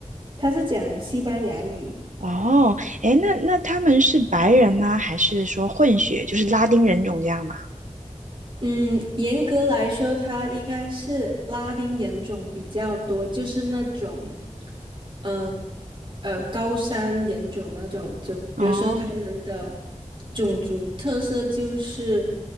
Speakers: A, on the right; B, on the right.
A: 它是讲西班牙语。
B: 哦，哎，那那他们是白人吗？还是说混血，就是拉丁人种这样吗？
A: 嗯，严格来说，它应该是拉丁人种比较多，就是那种，呃，呃，高山人种那种，就比如说他们的
B: 哦
A: 种族特色就是